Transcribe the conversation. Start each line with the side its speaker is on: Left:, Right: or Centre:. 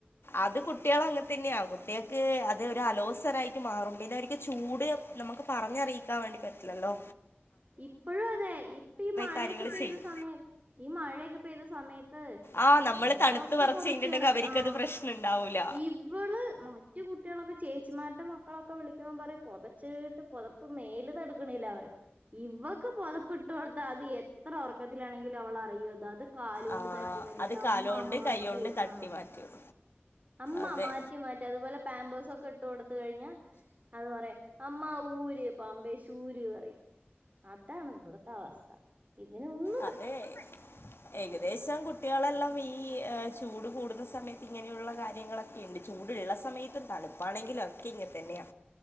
Left: അത് കുട്ടിൾ അങ്ങെൻ തന്നെയാ കുട്ടിൾക്ക് അത് ഒരു അലോസരായിട്ട് മാറും പിന്നെ അവര്ക്ക് ചൂട് നമ്മുക്ക് പറഞ്ഞറിയിക്കാൻ വേണ്ടി പറ്റ്ല്ലല്ലോ
Right: ഇപ്പഴും അതെ ഇപ്പ ഈ മഴയൊക്കെ
Left: കാര്യങ്ങള്
Right: പെയ്ത
Left: ചെയ്യും
Right: സമയത്ത് ഈ മഴയെക്കെ പെയ്ത സമയത്ത്
Left: ആഹ്
Right: ന-
Left: നമ്മള്
Right: ഞങ്ങളൊക്കെ
Left: തണ്ത്ത് വെറെച്ച്
Right: പൊതച്ച്
Left: ഇര്ന്ന്ണ്ടെങ്കിൽ
Right: കെടക്ക
Left: അവർക്കത്
Right: ആഹ്
Left: പ്രശ്നം ണ്ടാവൂല.
Right: ഇവള് മറ്റു കുട്ടികളൊക്കെ ചേച്ചിമാര്ടെ മക്കളൊക്കെ വിളിക്കുമ്പോ പറയും പൊതച്ച്ട്ട് പൊതപ്പ് മേല്ന്ന് എടുക്കണില്ലാ പറയും ഇവക്ക് പൊതപ്പിട്ട് കൊടുത്ത അത് എത്ര ഉറർക്കത്തിലാണെങ്കിലും അവളറിയു അത് അത് കാല് കൊണ്ട്
Left: ആ
Right: തട്ടി മാറ്റിട്ട്
Left: അത് കാലോണ്ട്
Right: അമ്മ മാറ്റ്
Left: കൈ കൊണ്ട് തട്ടി
Right: ആഹ്
Left: മാറ്റും
Right: മ്മ
Left: അതെ
Right: മാറ്റ് മാറ്റ് അതുപോലെ പാമ്പേഴ്സോക്കെ ഇട്ട് കൊടുത്ത് കഴിഞ്ഞാ അത് പറയാ അമ്മ ഊര് പാമ്പേശ് ഊര് പറയും. അതാണ് ഇവ്ടുത്ത അവസ്ഥ ഇതിനെ ഒന്ന്
Left: അതെ ഏകദേശം കുട്ടികളെല്ലം ഈ ചൂട് കൂടുന്ന സമയത്ത് ഇങ്ങനെയുള്ള കാര്യങ്ങളൊക്കെ ഇണ്ട്. ചൂടുള്ള സമയത്തും തണുപ്പാണെങ്കിലും ഒക്കെ ഇങ്ങെൻ തന്നെയാ